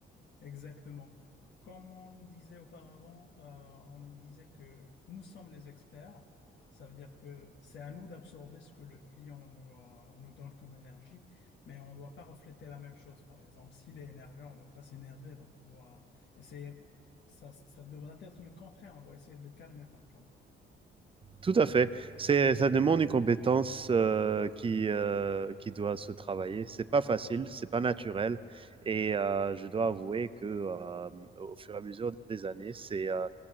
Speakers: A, on the left (about 60°); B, on the right (about 25°).
A: Exactement. Comme on nous disait auparavant, euh, on nous disait que nous sommes les experts. Ça veut dire que c'est à nous d'absorber ce que le client nous, euh, nous donne comme énergie, mais on ne doit pas refléter la même chose. Par exemple, s'il est énervé, on ne doit pas s'énerver. Donc, on doit essayer. Ça, ça devrait être le contraire. On doit essayer de le calmer, par contre.
B: Tout à fait. C'est, ça demande une compétence euh, qui, euh, qui doit se travailler. C'est pas facile, c'est pas naturel. Et euh, je dois avouer que euh, au fur et à mesure des années, c'est euh,